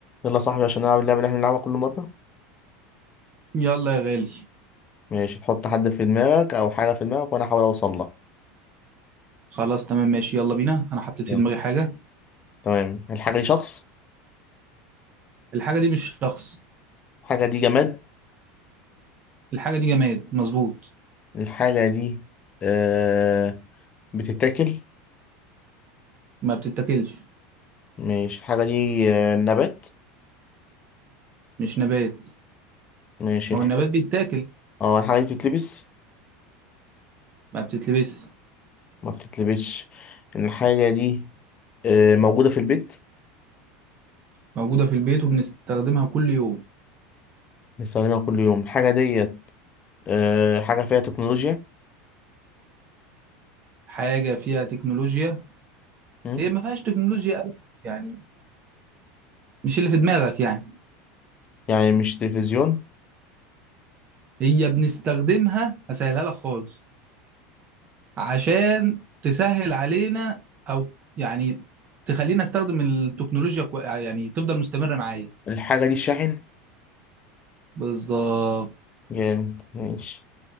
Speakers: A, on the left (about 20°); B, on the right (about 25°).
A: يلا يا صاحبي عشان نلعب اللعبة اللي احنا بنلعبها كل مرة
B: يلا يا غالي
A: ماشي تحط حد في دماغك أو حاجة في دماغك وأنا أحاول أوصل لها
B: خلاص تمام ماشي يلا بينا انا حطيت
A: يلا
B: في دماغي حاجه
A: تمام الحاجة دي شخص
B: الحاجه دي مش شخص
A: الحاجة دي جماد
B: الحاجه دي جماد مظبوط
A: الحاجة دي آه بتتاكل
B: ما بتتاكلش
A: ماشي الحاجة دي آه نبات
B: مش نبات
A: ماشي
B: ما
A: الحاجة
B: هو النبات بيتاكل
A: اه الحاجة دي بتتلبس
B: ما بتتلبس
A: ما بتتلبسش الحاجة دي آه موجودة في البيت
B: موجوده في البيت وبنستخدمها كل يوم
A: بنستخدمها كل يوم الحاجة دي آه حاجة فيها تكنولوجيا
B: حاجه فيها تكنولوجيا
A: مم.
B: هي ما فيهاش تكنولوجيا قوي يعني مش اللي في دماغك يعني
A: يعني مش تلفزيون
B: هي بنستخدمها اسهلها لك خالص عشان تسهل علينا او يعني تخلينا استخدم التكنولوجيا كوي... يعني تفضل مستمره معايا
A: الحاجة دي شاحن
B: بالظبط
A: جامد ماشي